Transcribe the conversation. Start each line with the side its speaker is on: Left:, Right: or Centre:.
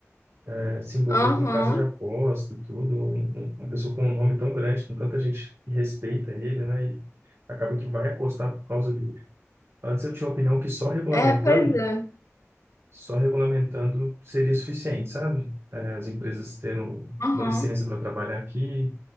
Right: né, se envolver
Left: Aham.
Right: com casa de aposta, tudo, um- um, uma pessoa com um nome tão grande, com tanta gente que respeita ele, né? E acaba que vai apostar por causa dele. Antes eu tinha a opinião que só regulamentando,
Left: É, pois é.
Right: só regulamentando seria suficiente, sabe? Eh, as empresas tendo
Left: Aham.
Right: uma licença para trabalhar aqui,